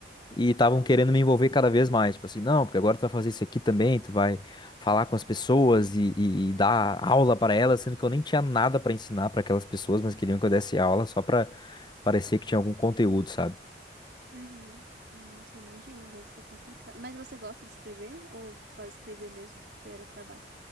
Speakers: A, on the left; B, on the right.
A: e estavam querendo me envolver cada vez mais. Tipo assim, não, porque agora tu vai fazer isso aqui também, tu vai falar com as pessoas e, e- e dar aula para elas, sendo que eu nem tinha nada para ensinar para aquelas pessoas, mas queriam que eu desse aula só para parecer que tinha algum conteúdo, sabe?
B: Uhum. Nossa, imagino, deve ser complicado. Mas você gosta de escrever ou só escrevia mesmo porque era trabalho?